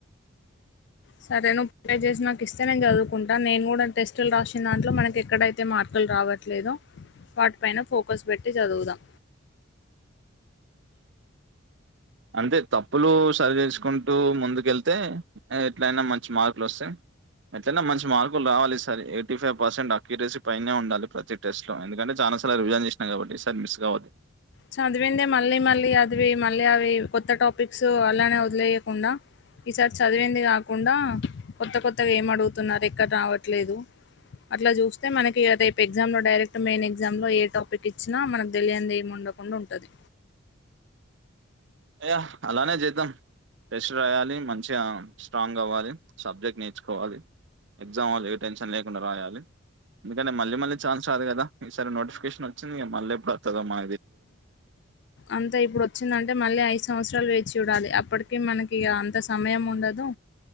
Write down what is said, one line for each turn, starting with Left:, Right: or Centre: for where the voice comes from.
Left: సరే నువ్వు ప్రిపేర్ చేసి నాకు ఇస్తే నేను చదువుకుంటాను నేను కూడ టెస్టులు రాసిన దాంట్లో మనకి ఎక్కడైతే మర్కులు రావట్లేదో వాటి పైన ఫోకస్ పెట్టి చదువుతం
Right: అంటే తప్పులు సరిచేస్ కుంటూ ముందుకెళ్తే ఎట్లయినా మంచి మార్కులు వస్తయ్ ఎట్లయిన మంచి మార్కులు రావాలిఈ సారి ఎయిటీ ఫైవ్ పర్సెంట్ అక్యూరేసీ పైనే ఉండాలి ప్రతి టెస్ట్ లో ఎందుకంటే చాల రివిజన్ చేసిన కాబట్టి సార్ మిస్ కావదు
Left: చదివిందే మళ్ళీ మళ్ళీ చదివి మళ్ళీ అవి కొత్త టాపిక్స్ అలానే వదిలేయకుండ ఈసారి చదివింది కాకుండా కొత్త కొత్తగా ఏం అడుగుతున్నారు ఎక్కడ రావట్లేదు అట్ల చూస్తే మనకి రేపు ఎగ్జామ్ లో డైరెక్ట్ మెయిన్ ఎగ్జామ్ లో ఏ టాపిక్ ఇచ్చినా మనకు తెలియదు ఏము ఉండవ్ <unintelligible> ఉంటది
Right: య అలానే చేద్దాం టెస్ట్ రాయాలి మంచిగా స్ట్రాంగ్ అవ్వాలి సబ్జెక్ట్ నేర్చుకోవాలి ఎగ్జామ్ హాల్లో ఏ టెన్షన్ లేకుండా రాయాలి ఎందుకంటే మళ్ళీ మళ్ళీ ఛాన్స్ రాదు కదా ఈ సారి నోటిఫికేషన్ వచ్చింది గా మళ్ళీ ఎప్పుడు వత్తదొ మా
Left: అంతా ఇప్పుడు వచ్చిందంటే మళ్ళీ ఐదు సంవత్సరాలు వేచి చూడాలి అప్పుడు అప్పటికి మనకి ఇగ అంత సమయం వుండదు